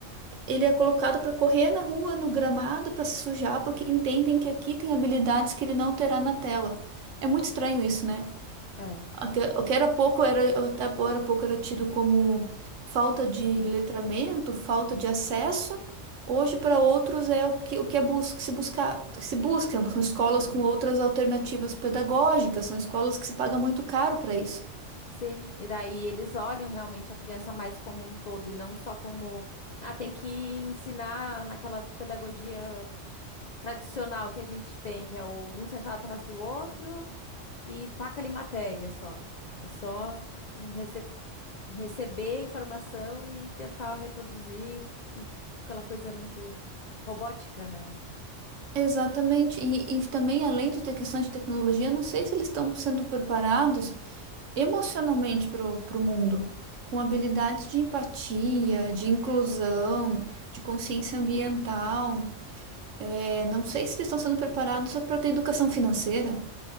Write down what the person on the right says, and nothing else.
Ele é colocado para correr na rua, no gramado, para se sujar, porque entendem que aqui tem habilidades que ele não terá na tela. É muito estranho isso, né?
O que o que era pouco era, até agora pouco era tido como falta de letramento, falta de acesso. Hoje, para outros, é o que, o que é bus que se busca, que se busca. São escolas com outras alternativas pedagógicas, são escolas que se paga muito caro para isso.
Exatamente. E, e também, além de ter questões de tecnologia, não sei se eles estão sendo preparados emocionalmente para o mundo, com habilidades de empatia, de inclusão, de consciência ambiental. É, não sei se eles estão sendo preparados para ter educação financeira,